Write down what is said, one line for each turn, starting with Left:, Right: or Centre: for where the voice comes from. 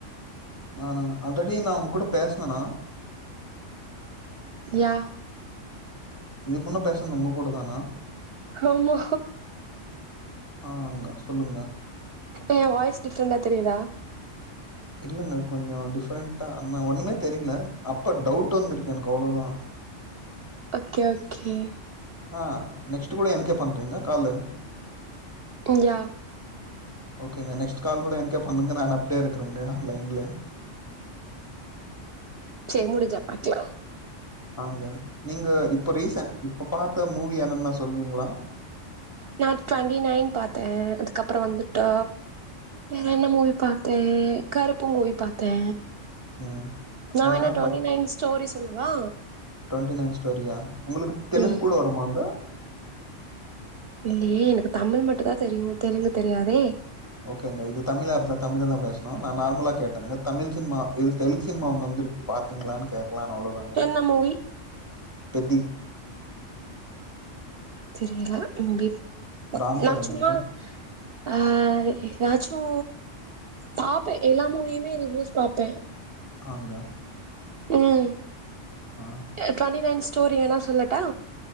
Left: நானா ஆல்ரெடி நா உங்க கூட பேசனேண்ணா
Right: யா
Left: இதுக்குமுன்ன பேசுனது உங்க கூட தானா
Right: ஆமா
Left: ஆங்க சொல்லுங்க
Right: ஏ வாய்ஸ் டிஃப்ரெண்டா தெரியுதா
Left: இல்லங்க கொஞ்சோ டிஃப்ரெண்டா ஆனா ஒண்ணுமே தெரில அப்ப டவுட் வந்திருக்கு எனக்கு அவ்ளோதா
Right: ஓகே ஓகே
Left: ஆ நெக்ஸ்ட் கூட எனக்கே பண்றீங்க காலு
Right: யா
Left: ஓகேங்க நெக்ஸ்ட் கால் கூட எனக்கே பண்ணுங்க நானு அப்டே இருக்றேங்க நெகான் லைன்ல
Right: சேரி முடிஞ்சா பாக்கலா
Left: ஆங்க நீங்க இப்ப ரீசன்ட் இப்ப பாத்த மூவி என்னன்னா சொல்லுவீங்களா
Right: நா டுவெண்ட்டி நைன் பாத்தே அதுக்கப்பறோ வந்துட்டு வேற என்ன மூவி பாத்தே கருப்பு மூவி பாத்தே
Left: ம்
Right: நா
Left: என்னென்ன
Right: வேணா ட்வெண்டி நைன் ஸ்டோரி சொல்லவா
Left: ட்வெண்ட்டி நைன் ஸ்டோரியா உங்களுக்கு தெலுங்கு
Right: ம்
Left: கூட வருமாங்க
Right: இல்லயே எனக்கு தமிழ் மட்டு தா தெரியு தெலுங்கு தெரியாதே
Left: ஓகேங்க இது தமிழ் ஆப் தா தமிழ்ல தா பேசணு நா நார்மலா கேட்டேங்க தமிழ் சினிமா இது தெலுங்கு சினிமா ஒன்னு வந்து இருக்கு பாத்தீங்களான்னு கேட்டே பிளான் அவ்ளோதாங்க
Right: என்ன மூவி
Left: பெத்தி
Right: தெரியலா தம்பி
Left: ராம்
Right: நா
Left: சரண்ங்க
Right: சும்மா ஆ எதாச்சோ பாப்பே எல்லாமூவியுமே ரிவியூஸ் பாப்பே
Left: ஆங்க
Right: ம்
Left: ஆ
Right: ட்வெண்டி நைன் ஸ்டோரி வேனா சொல்லட்டா